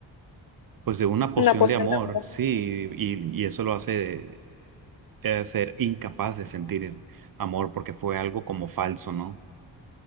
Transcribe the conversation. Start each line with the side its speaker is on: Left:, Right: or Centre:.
Right: pues de una
Left: Una
Right: poción
Left: poción
Right: de amor,
Left: de amor.
Right: sí, y, y eso lo hace eh, ser incapaz de sentir el amor porque fue algo como falso, ¿no?